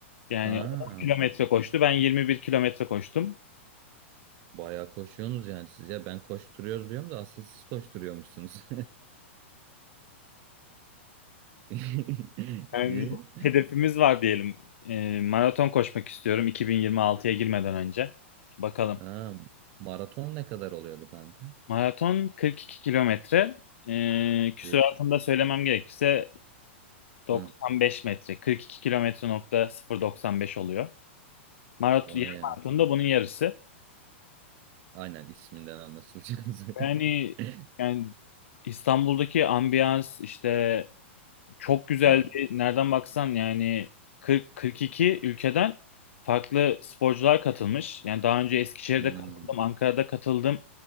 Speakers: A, on the left; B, on the right.
A: Yani
B: Ha,
A: 10 kilometre koştu. Ben 21 kilometre koştum.
B: Bayağı koşuyorsunuz yani siz ya ben koşturuyoruz diyorum da asıl siz koşturuyormuşsunuz. <laughs>
A: Yani
B: İyi.
A: hedefimiz var diyelim. Ee, maraton koşmak istiyorum 2026'ya girmeden önce. Bakalım.
B: Ha, maraton ne kadar oluyordu kanka?
A: Maraton 42 kilometre. Ee, küsuratını
B: Üf.
A: da söylemem gerekirse 95
B: Hı.
A: metre. 42 kilometre nokta 0.95 oluyor. Maraton,
B: O
A: yarım
B: ne ya?
A: maraton
B: Kı-
A: da bunun yarısı.
B: Aynen isminden anlaşılacak üzere.
A: Yani
B: <laughs>
A: yani İstanbul'daki ambiyans işte Çok güzeldi.
B: Hı.
A: Nereden baksan yani 40-42 ülkeden farklı sporcular katılmış. Yani daha önce Eskişehir'de
B: Hı.
A: katıldım, Ankara'da katıldım.